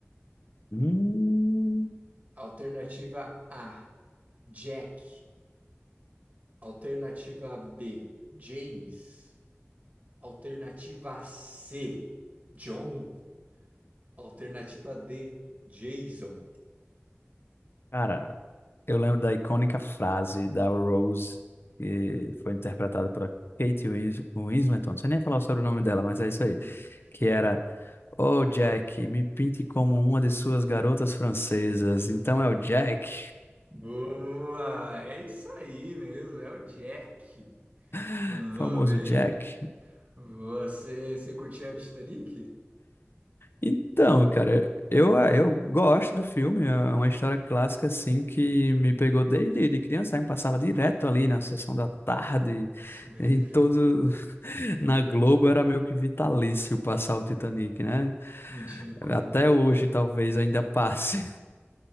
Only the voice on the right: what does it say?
Alternativa A, Jack. Alternativa B, James. Alternativa C, John. Alternativa D, Jason.
Hum.
Boa! É isso aí mesmo, é o Jack.
Mandou
bem.
Você, você curtia o Titanic?
Isso mesmo.
Não tinha como.